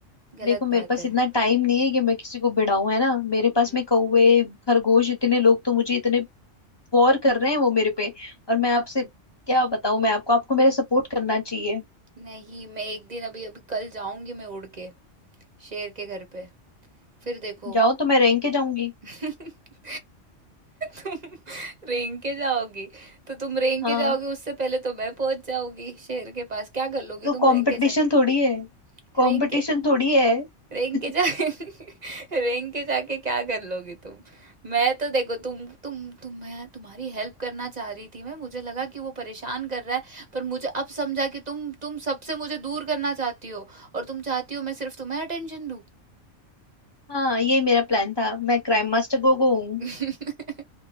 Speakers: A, on the right (about 40°); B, on the left (about 20°).
A: गलत
B: देखो मेरे
A: बात
B: पास
A: है
B: इतना टाइम नहीं है कि मैं किसी को भिड़ाऊं है ना मेरे पास
A: हम्म
B: में कौवे खरगोश इतने लोग तो मुझे इतने वॉर कर रहे हैं वो मेरे पे और मैं आपसे क्या बताऊं मैं आपको आपको मेरा सपोर्ट करना चाहिए
A: नहीं मैं एक दिन अभी अभी कल जाऊंगी मैं उड़ के शेर के घर पे फिर देखो
B: जाओ तो मैं रैंक के जाऊंगी
A: <laughs> तुम रेंग के जाओगी तो तुम रेंग
B: हाँ
A: के जाओगी उससे पहले तो मैं पहुंच जाऊंगी शेर के पास क्या कर लोगी
B: तो
A: तुम
B: कंपटीशन
A: रेंग के जाके
B: थोड़ी है कंपटीशन
A: रेंग के
B: थोड़ी है
A: रेंग
B: <laughs>
A: के जा <laughs> रेंग के जाके क्या कर लोगी तुम मैं तो देखो तुम तुम तुम मैं तुम्हारी हेल्प करना चाह रही थी मैं मुझे लगा कि वो परेशान कर रहा है पर मुझे अब समझा कि तुम तुम सबसे मुझे दूर करना चाहती हो और तुम चाहती हो मैं सिर्फ तुम्हें अटेंशन दूं
B: हाँ ये मेरा प्लान था मैं क्राइम मास्टर गोगो हूँ
A: <laughs>